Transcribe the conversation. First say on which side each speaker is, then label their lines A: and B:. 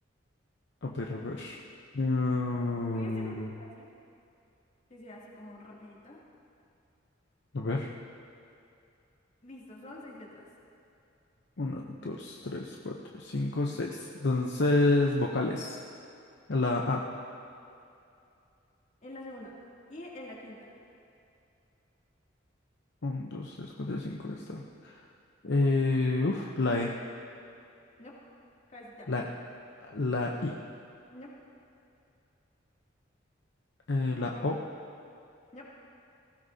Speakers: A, on the left (about 60°); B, on the left (about 40°).
A: A ver, a ver. Mm,
B: Voy a hacer una fácil, que sea así como rapidita.
A: a ver.
B: Listo, son seis letras.
A: Una, dos, tres, cuatro, cinco, seis. Entonces, vocales. La A.
B: En la segunda. Y en la quinta.
A: Un, dos, tres, cuatro, cinco. Está. Eh, uf, la E.
B: Nope. Cabecita.
A: La, la I.
B: Nope.
A: eh, la O.
B: Nope.